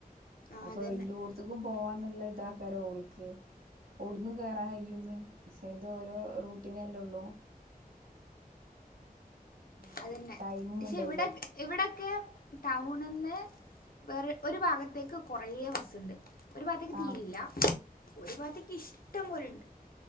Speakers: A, on the left; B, on the right.
A: ആഹ്
B: അപ്പൊ
A: അതന്നെ
B: എല്ലോടുത്ത്ക്കും പോവാന്നുള്ള ഇതാക്കാരോ ഓൾക്ക്. ഒടുന്നു കേറാൻ കയ്യുംന്ന് പക്ഷേ ഇത് ഓരോ റൂട്ടിനല്ലേ ഉള്ളൂ ഉം
A: അതന്നെ
B: ടൈമും
A: പക്ഷെ
B: ഉണ്ടല്ലോ
A: ഇവിടെ ഇവിടൊക്കെ ടൗണിന്ന് വേറെ ഒരു ഭാഗത്തേക്ക് കുറേ ബസ്സുണ്ട് ഒരു ഭാഗത്തേയ്ക്ക്
B: ആഹ്
A: തീരില്ല ഒരു ഭാഗത്തേക്ക് ഇഷ്ടം പോലെ ഇണ്ട്.